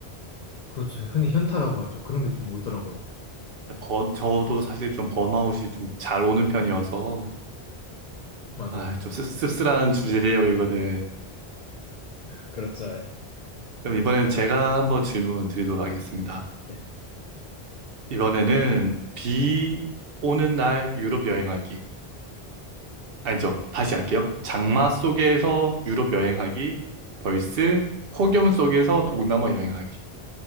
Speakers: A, on the left; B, on the right.
A: 그렇죠. 흔히 현타라고 하죠. 그런 게 좀 오더라고요.
B: <laughs> 번, 저도 사실 좀 번아웃이 좀 잘 오는 편이어서
A: 맞아요.
B: 아, 좀 씁- 씁쓸한 주제예요, 이거는.
A: 그렇죠. 예.
B: 그럼 이번엔 제가 한번 질문 드리도록 하겠습니다.
A: 네.
B: 이번에는 비 오는 날 유럽 여행하기. 아니죠. 다시 할게요. 장마 속에서 유럽 여행하기. 벌스 폭염 속에서 동남아 여행하기.